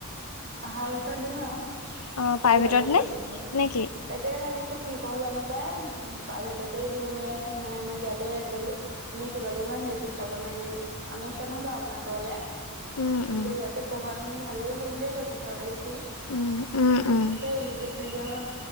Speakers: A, on the right (about 50°); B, on the left (about 80°).
A: অহাৰ বছৰ দিওঁ আৰু
B: অ', প্ৰাইভেটত
A: বুলি ভাবিছো।
B: নে নেকি?
A: তাকে ভাবিছো কি কৰো জানো পাই উ প্ৰাইভেটতে দিওঁ নে নাই আমাৰ ইয়াতে আজিকালি নে কেইবাজনো আহিলে শিক্ষক আমাৰ এই আমাৰ ওচৰত নহয় বাৰু আমাৰ আতৰলে।
B: উম, উম।
A: এতিয়া ইয়াতো পঢ়োৱাখিনি ভালেই হ'ল বুলিয়ে কৈছে, চৰকাৰী স্কুল।
B: উম, উম। উম
A: তাকে ইংলিছ মিডিয়ামত